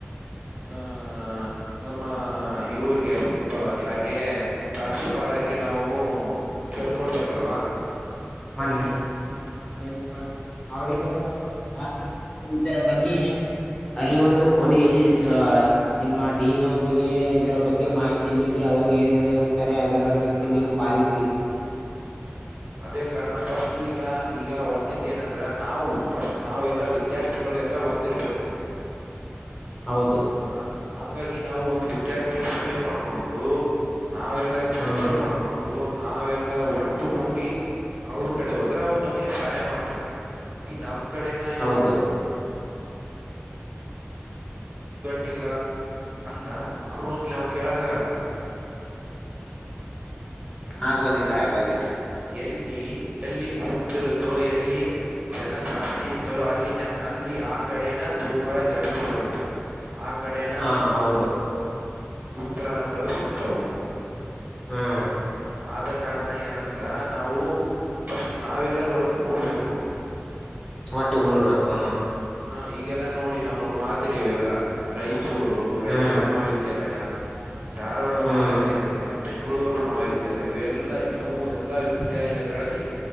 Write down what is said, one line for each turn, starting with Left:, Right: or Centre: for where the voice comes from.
Right: ಆಹ ನಮ್ಮ ಇವ್ರಿಗೆ ಯಾರ್ಗ. ಪ್ರಾನ್ಸಿಪಾಲರಿಗೆ ನಾವು ಕೇಳ್ಕೊಳ್ಬೇಕಲ್ವಾ.
Left: ಮನ್ನಿ. ಹಾ ಕ ಅವರಿಗೆ ಜಾಸ್ತಿ ಇದರ ಬಗ್ಗೆ. ಅರಿವನ್ನು ಕೊಡಿ ಸ. ನಿಮ್ಮ ಡೀನ್ ಅವ್ರರಿಗೆ ಇದರ ಬಗ್ಗೆ ಮಾಹಿತಿ ನೀಡಿ ಅವರು ಏನ್ ಹೇಳುತ್ತಾರೆ ಅದರ ರೀತಿ ನೀವು. ಪಾಲಿಸಿ.
Right: ಅದೇ ಕಾರಣ ಫಸ್ಟ್ ಈಗ ಈಗ ಒಂದೇದ ಏನಂದ್ರ ನಾವು ಫಸ್ಟ್ ನಾವೆಲ್ಲ ವಿದ. ವಿದ್ಯಾರ್ಥಿಗಳು ಎಲ್ಲ ಒಂದಿರಬೇಕು.
Left: ಹೌದು.
Right: ಅ ಹಂಗಾಗಿ ನಾವು ಒಂದು ವಿದ್ಯಾರ್ಥಿ ಸಭೆ ಮಾಡ್ಕೊಂಡು. ನಾವೆಲ್ಲಾ ಚರ್ಚೆ
Left: ಹ್ಮ
Right: ಮಾಡ್ಕೊಂಡು. ನಾವೆಲ್ಲಾ ಒಟ್ಟುಗೂಡಿ ಅವ್ರ ಕಡೆ ಹೋದ್ರ ಅವ್ರು ನಮಗೆ ಸಹಾಯ ಮಾಡ್ತಾರೆ. ಈ ನಮ್ ಕಡೆನ
Left: ಹೌದು
Right: ಒ ಕಟ್ಟಿಲ್ಲ ಅಂದ ಅವ್ರ ಹೋಗಿ ನಾವವು ಕೇಳಕ್ ಆಗಲ್ಲ.
Left: ಆಗೋದಿಲ್ಲ ಆಗೋದಿಲ್ಲ.
Right: ಎಲ್ಲಿ ಎಲ್ಲಿ ಗುಂಪು ಇರುತ್ತೋ. ಎಲ್ಲಿ ಜನ ಜಾಸ್ತಿ ಇರ್ತಾರೋ ಅಲ್ಲಿನ ಅಲ್ಲಿ ಆ ಕಡೆನ ತೂಕ ಜಾಸ್ತಿ ಬರುತ್ತಾ. ಆ ಕಡೆನ
Left: ಹಾ ಹೌದು
Right: ಉತ್ತರಗಳು ಸಿಗ್ತವು.
Left: ಹ್ಮ್
Right: ಆದ. ಕಾರಣ ಏನಂದ್ರ. ನಾವು ಫಸ್ಟ್ ನಾವೆಲ್ಲರೂ ಒಟ್ಟು ಕೂಡ್ಬೇಕು.
Left: ಒಟ್ಟೆಗೂಳ್ಬೇಕು.
Right: ಹಾ ಈಗೆಲ್ಲಾ ನೋಡಿ ನಮಗ ಮಾದರಿಯವೆಲ್ಲ. ರಾಯಚೂರು ರಾಯಚೂರು
Left: ಹ್ಮ್
Right: ಮಾವಿ ವಿದ್ಯಾಲಯ ಧಾರವಾಡ
Left: ಹ್ಮ್
Right: ಮಹಾವಿದ್ಯಾಲಯ. ಬೆಂಗಳೂರು ಮಹಾವಿದ್ಯಾಲಯ ಇವೆಲ್ಲಾ ಎಲ್ಲಾ ವಿದ್ಯಾನಿಲಯಗಳಲ್ಲಿ